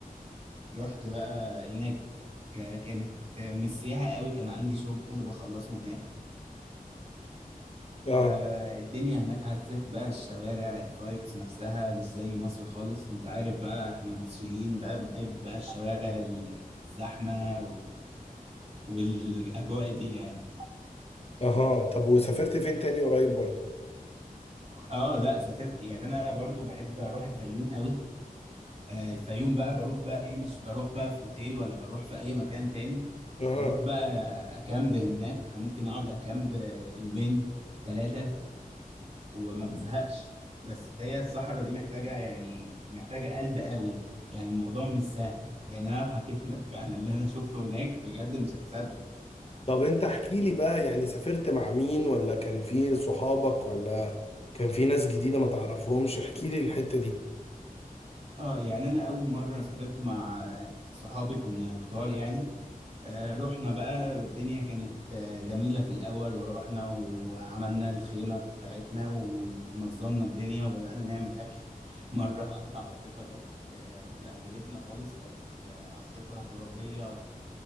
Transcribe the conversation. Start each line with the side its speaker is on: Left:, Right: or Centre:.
Right: ورحت بقى هناك ك- كانت مش سياحة قوي كان عندي شغل بخلصه هناك
Left: اه
Right: فالدنيا هناك حسيت بقى الشوارع الفايبس نفسها مش زي مصر خالص انت عارف بقى احنا مصريين بقى بنحب بقى الشوارع الزحمة و- والاجواء دي يعني
Left: اها طب وسافرت فين تاني قريب برضه؟
Right: اه لا سافرت يعني انا برضو بحب اروح الفيوم قوي آه، الفيوم بقى بروح بقى ايه مش بروح بقى في اوتيل ولا بروح في اي مكان تاني
Left: اها
Right: بروح بقى اكامب هناك ممكن اقعد اكامب يومين ثلاثة وما بزهقش بس هي الصحراء دي محتاجة يعني محتاجة قلب قوي يعني الموضوع مش سهل يعني انا لو حكيت لك <laughs> عن اللي انا شفته هناك بجد مش هتصدق
Left: طب انت احكي لي بقى يعني سافرت مع مين ولا كان في صحابك ولا كان في ناس جديدة ما تعرفهمش احكي لي الحتة دي
Right: اه يعني انا اول مرة سافرت مع صحابي كنا كتار يعني آه، رحنا بقى الدنيا كانت آه، جميلة في الأول ورحنا وعملنا الخيمة بتاعتنا ونظمنا الدنيا وبدأنا نعمل أكل <laughs> مرة واحدة عاصفة جت آه، بهدلتنا خالص كانت آه، عاصفة ترابية